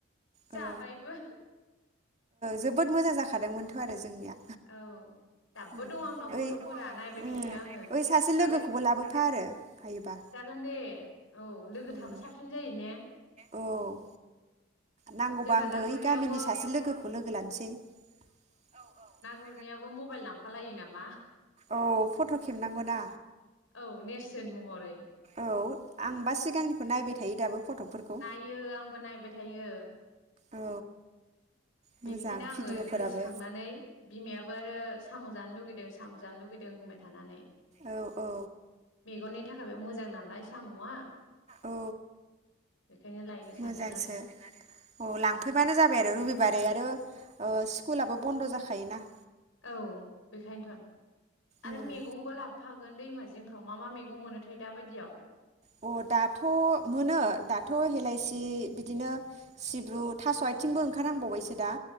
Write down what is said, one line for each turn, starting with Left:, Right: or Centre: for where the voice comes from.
Left: जाबायबो
Right: औ ओ जोबोद मोजां जाखादोंमोनथ' आरो जोंनिया
Left: औ दाबो
Right: उम
Left: दं आंनाव
Right: ओइ
Left: फट'फोरा नायबाय
Right: उम
Left: थायो आङो
Right: ओइ सासे लोगोखौबो
Left: दालाय
Right: लाबोफा आरो हायोबा
Left: जागोन दे औ लोगो
Right: उम
Left: थाबा साबसिन जायो ने
Right: औ नांगौबा
Left: जोंना
Right: आंबो
Left: ना
Right: ओइ
Left: गुरनायावबो
Right: गामिनि सासे लोगोखौ लोगो लानोसै औ औ
Left: गुरनायाबो मबाइल लांफालायो नामा
Right: औ फट' खेबनांगौना
Left: औ नेरसोन महरै
Right: औ आंबा सिगांनिखौ नायबाय थायो दाबो फट'फोरखौ
Left: नायो आंबो नायबाय थायो
Right: औ मोजां
Left: बेनिखायनो आङो
Right: भिडिअ'फोराबो
Left: गोसोखांनानै ाबो आरो साम' जानो लुुबैदों साम' जानो लुगैदों होनबाय थानानै
Right: औ औ
Left: मेगननि थाखायबो मोजां मोजां नालाय साम'आ
Right: औ
Left: बेखायनो लायनो सानदों
Right: मोजांसो
Left: आरो
Right: औ लांफैबानो जाबाय आरो रबिबारै आरो स्कुलाबो बन्द' जाखायोना
Left: औ बेखायनोथ' आरो
Right: उम
Left: मैगंबो लाबोफागोन दैमाजों जिंफ्राव मा मा मैगं मोनोथाय दााबायदियाव
Right: अ दाथ' मोनो दाथ' हेलाइसि बिदिनो सिब्रु थास' आथिंबो ओंखारहांबावबायसो दा।